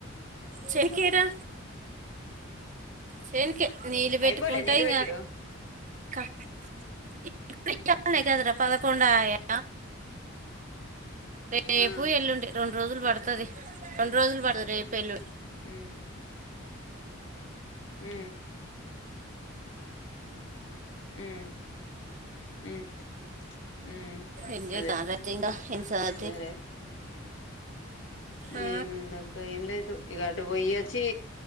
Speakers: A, on the right; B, on the left.
A: చేఖరా చేనుకి నీళ్ళు పెట్టుకుంటాయి
B: అయిపోలే నీళ్ళు
A: ఇంకా
B: పెట్టుడు
A: ఇప్పుడు ఇచ్చాల కదరా పదకొండయా రేపు
B: ఆ
A: ఎల్లుండి రెండు రోజులు పడుతుది రెండు రోజులు పడుతుంది రేపు ఎల్
B: ఉమ్ ఉమ్ ఉమ్ ఉమ్ ఉ
A: ఏం చేస్తాను
B: అదే
A: ఇంకా ఏం సంగతి
B: సరే
A: ఆ,
B: ఏమందాక్క ఏం లేదు ఇ అటు పోయొచ్చి